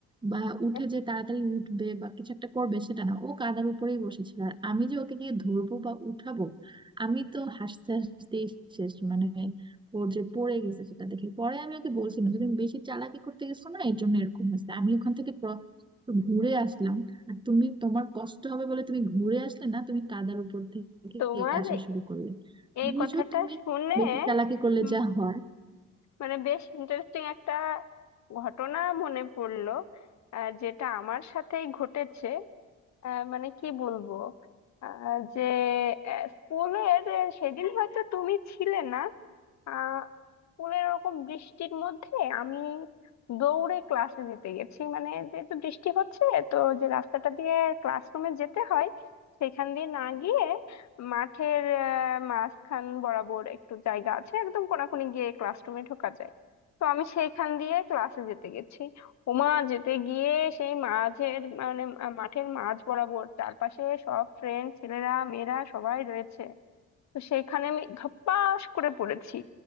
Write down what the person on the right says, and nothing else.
বা উঠে
যে তাড়াতাড়ি উঠবে বা কিছু একটা করবে সেটা না ও কাদার উপরেই বসেছিল আর আমি যে ওকে গিয়ে ধরবো বা উঠাবো আমি তো হাসতে হাসতেই শেষ মানে ওর যে পড়ে গেছে সেটা দেখে পরে আমি ওকে বলছিলাম যে তুমি বেশি চালাকি করতে গেছো না এর জন্য এরকম হয়েছে আমি ওখান থেকে প্র- ঘুরে আসলাম আর তুমি তোমার কষ্ট হবে বলে তুমি ঘুরে আসলে না তুমি কাদার উপর থেকে
আসা শুরু করলে
বুঝো
তুমি
বেশি চালাকি করলে
যা হয়